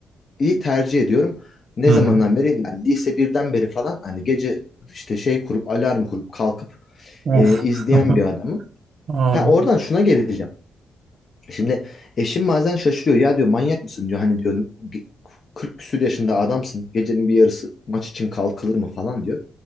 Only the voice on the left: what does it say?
iyi tercih ediyorum. Ne
zamandan
beri? Yani lise birden beri falan hani gece işte şey kurup alarm kurup kalkıp
e, izleyen
bir adamım.
Ha, oradan şuna geleceğim. Şimdi eşim bazen şaşırıyor. Ya diyor manyak mısın diyor. Hani diyor "ge- 40 küsür yaşında adamsın. Gecenin bir yarısı maç için kalkılır mı falan diyor.